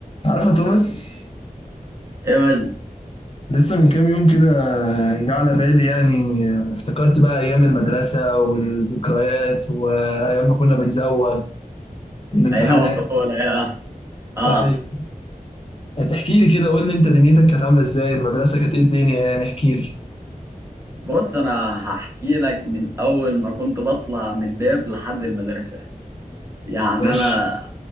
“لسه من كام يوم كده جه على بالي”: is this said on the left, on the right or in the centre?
Left